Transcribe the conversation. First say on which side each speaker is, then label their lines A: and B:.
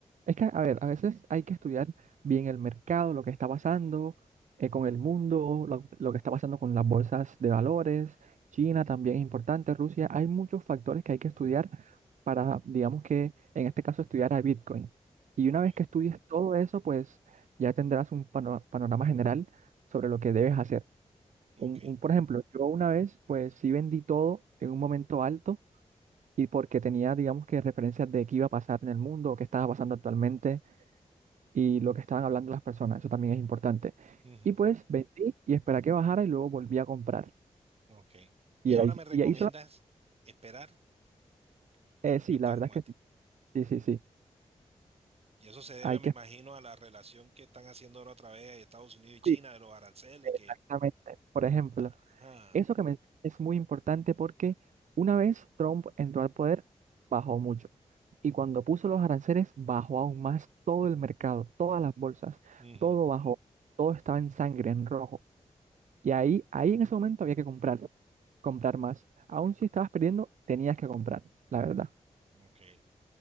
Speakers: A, on the right (about 70°); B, on the right (about 50°).
A: Es que, a ver, a veces hay que estudiar bien el mercado, lo que está pasando eh, con el mundo, lo, lo que está pasando con las bolsas de valores, China también es importante, Rusia, hay muchos factores que hay que estudiar para, digamos que, en este caso, estudiar a Bitcoin. Y
B: ok,
A: una vez que estudies todo eso, pues ya tendrás un pano- panorama general sobre lo que debes hacer.
B: ok.
A: Un, un- por ejemplo, yo una vez, pues sí vendí todo en un momento alto y porque tenía, digamos que, referencias de qué iba a pasar en el mundo o qué estaba pasando actualmente y lo que estaban hablando las personas, eso también es importante.
B: Ujú,
A: Y pues vendí y esperé a que bajara y luego volví a comprar.
B: ok.
A: Y
B: Y ahora
A: ahí,
B: me recomiendas
A: y ahí solo,
B: esperar, Ok, que
A: eh,
B: veo
A: sí,
B: que está
A: la verdad
B: como... at-
A: es que sí, sí, sí, sí.
B: Y eso se debe,
A: Hay
B: me
A: que,
B: imagino, a la relación que están haciendo ahora otra vez Estados Unidos y China,
A: sí,
B: de los aranceles,
A: exactamente.
B: que...
A: Por ejemplo,
B: Ajá.
A: eso que mencionas es muy importante porque una vez Trump entró al poder, bajó mucho. Y cuando puso los aranceles, bajó aún más todo el mercado, todas las bolsas,
B: Ujú,
A: todo bajó, todo estaba en sangre, en rojo. Y ahí, ahí en ese momento había que comprar. comprar más. Aún si estabas perdiendo, tenías que comprar, la verdad.
B: ok.